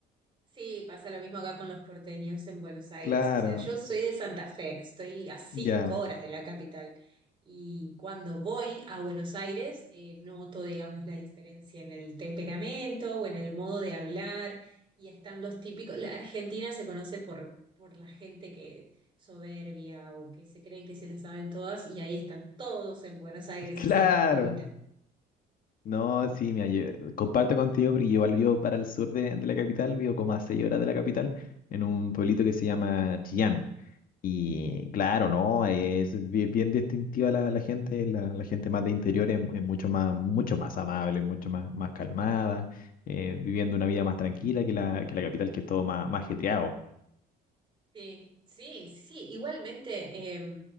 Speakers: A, on the right; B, on the left.
A: Sí, pasa lo mismo acá con los porteños en Buenos Aires.
B: Claro,
A: O sea, yo soy de Santa Fe, estoy a cinco
B: ya,
A: horas de la capital. Y cuando voy a Buenos Aires, eh, noto, digamos, la diferencia en el temperamento o en el modo de hablar. Y están los típicos. La Argentina se conoce por, por la gente que soberbia o que se creen que se la saben todas, y ahí están todos en Buenos Aires
B: <laughs> claro.
A: haciendo filita.
B: No, sí, mira, yo comparto contigo porque yo igual vivo para el sur de, de la capital, vivo como a seis horas de la capital, en un pueblito que se llama Chillán. Y claro, ¿no? Es bi- bien, distintiva la, la gente, la, la gente más de interior es, es mucho más, mucho más amable, mucho más, más calmada, eh, viviendo una vida más tranquila que la, que la capital, que es todo más, más ajetreado.
A: Sí, sí, sí. Igualmente, eh,